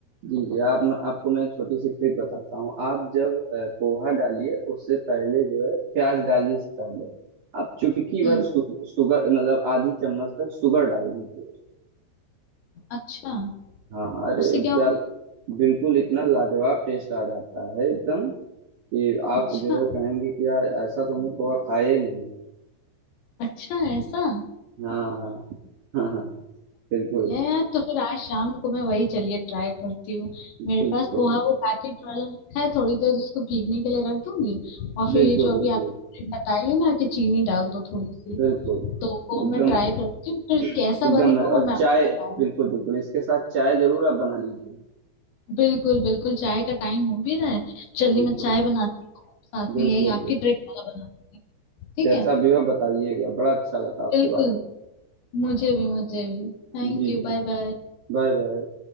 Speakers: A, on the right; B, on the left.
A: जी जी आप आपको मैं एक छोटी सी ट्रिक बताता हूँ आप जब अ, पोहा डालिए उससे पहले जो है प्याज डालने से पहले आप चुटकी
B: हम्म
A: भर सु, सुगर मतलब आधी चम्मच तक शुगर डाल दीजिए
B: अच्छा
A: हाँ अरे
B: उससे क्या
A: क्या
B: होगा
A: बिल्कुल इतना लाजवाब टेस्ट आ जाता है एकदम कि आप
B: अच्छा
A: जो है कहेंगे कि यार ऐसा तो हमने पोहा खाया ही नहीं
B: अच्छा ऐसा
A: हाँ हाँ हाँ हाँ बिल्कुल
B: ये यार तो फिर आज शाम को मैं वही चलिए ट्राई करती हूँ मेरे
A: बिल्कुल
B: पास पोहा वो पैकेट वाला रखा है थोड़ी देर उसको भीगने के लिए रख दूंगी और फिर
A: बिल्कुल
B: ये जो
A: बिल्कुल
B: अभी आपने बताई है ना कि चीनी डाल दो थोड़ी सी
A: बिल्कुल
B: तो वो
A: एकदम
B: मैं ट्राई करती हूँ फिर कैसा
A: एकदम
B: बनेगा
A: मजा
B: वो
A: और
B: मैं आपको
A: चाय
B: बताऊंगी
A: बिल्कुल बिल्कुल इसके साथ चाय जरूर आप बना लीजिए
B: बिल्कुल बिल्कुल चाय का टाइम हो भी रहा है चलिए
A: बिल्कुल
B: मैं चाय बनाती हूँ साथ
A: बिल्कुल
B: में यही आपकी ट्रिक वाला बनाती हूँ ठीक
A: जैसा
B: है
A: भी हो बताइएगा बड़ा अच्छा लगा आपसे
B: बिल्कुल
A: बात
B: मुझे भी मुझे भी Thank
A: करके जी
B: you
A: जी
B: bye bye
A: Bye bye